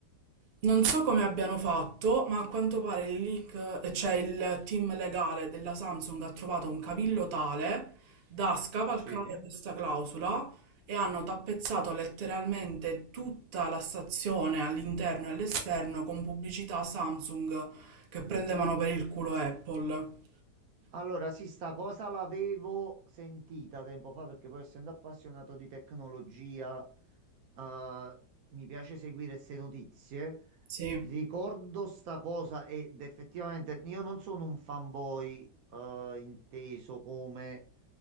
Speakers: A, on the right (about 80°); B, on the right (about 65°).
A: Non so come abbiano fatto, ma a quanto pare il leak, eh, cioè il team legale della Samsung ha trovato un cavillo tale da scavalcare
B: sì.
A: questa clausola e hanno tappezzato letteralmente tutta la stazione all'interno e all'esterno con pubblicità Samsung che prendevano per il culo Apple.
B: Allora, sì, sta cosa l'avevo sentita tempo fa perché poi essendo appassionato di tecnologia, eh, mi piace seguire queste notizie.
A: Sì,
B: Ricordo sta cosa ed effettivamente io non sono un fanboy, eh, inteso come